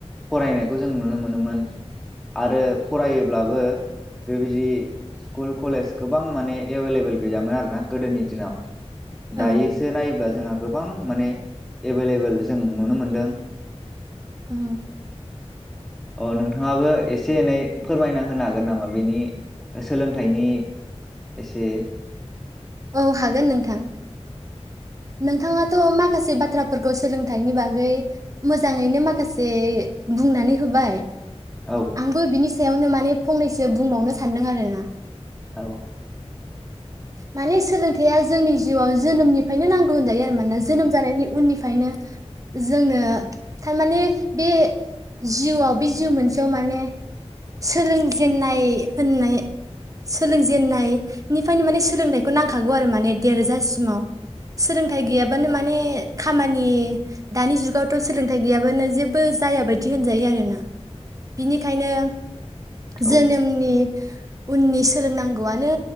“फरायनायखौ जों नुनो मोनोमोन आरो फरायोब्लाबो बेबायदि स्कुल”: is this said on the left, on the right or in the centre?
Centre